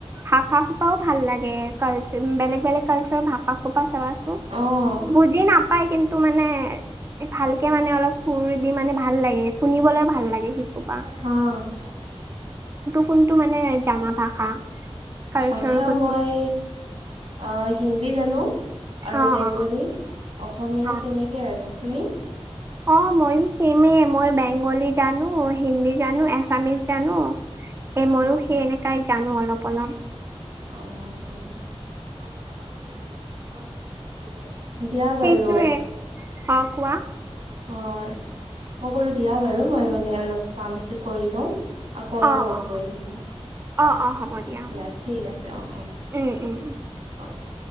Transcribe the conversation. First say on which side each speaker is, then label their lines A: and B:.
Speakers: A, on the right; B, on the right.
A: ভাষা খোপাও ভাল লাগে। কালচা বেলেগ বেলেগ কালচাৰৰ ভাষা খোপা চাবাচোন,
B: অ'।
A: বুজি নাপাই কিন্তু মানে ভালকে মানে অলপ সুৰ দি মানে ভাল লাগে, শুনিবলৈ ভাল লাগে। সোপা।
B: অ'।
A: ফোনটো মানে জানা ভাষা কালচাৰৰ
B: ভাষা
A: কোনটো
B: মই আ, হিন্দী জানো আৰু
A: অ
B: বেংগলী,
A: অ
B: অসমীয়া,
A: অ
B: তেনেকে আৰু। তুমি?
A: অ' মইও ছেমে, মই বেংগলী জানো, হিন্দী জানো, আছামিচ জানো এ, মইও
B: অ',
A: সেই এনেকাই, জানো অলপ অলপ।
B: অ', অ' দিয়া। বাৰু
A: সেইটোৱে, অ' কোৱা।
B: অ' মই ক'লো দিয়া বাৰু। মই মানে অলপ কাম আছে, কৰি লওঁ। আকৌ
A: অ
B: কল
A: অ
B: কৰি আছোঁ তোমাক।
A: অ অ হ'ব হ'ব
B: দিয়া ঠিক আছে, অ', অ'।
A: উম, উম, উ।
B: অকে।